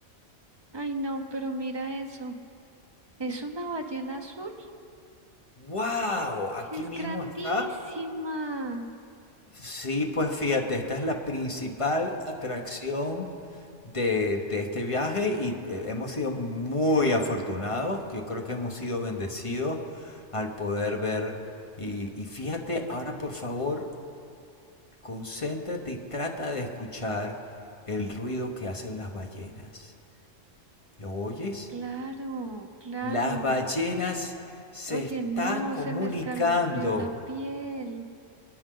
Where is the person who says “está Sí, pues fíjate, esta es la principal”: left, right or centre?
Left